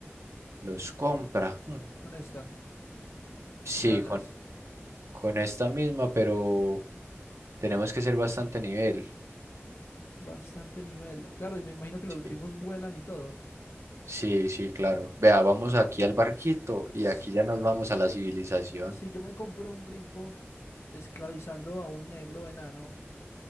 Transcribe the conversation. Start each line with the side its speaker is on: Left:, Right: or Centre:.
Right: Los compra. hmm,
Left: Con esta.
Right: Sí,
Left: El alas.
Right: con, con esta misma, pero tenemos que ser bastante nivel.
Left: Bastante nivel. Claro, y me imagino que los
Right: Sí,
Left: grifos vuelan y todo.
Right: sí, sí, claro. Vea, vamos aquí al barquito y
Left: Ps,
Right: aquí ya nos vamos a la civilización.
Left: Si yo me compro un grifo esclavizando a un negro enano,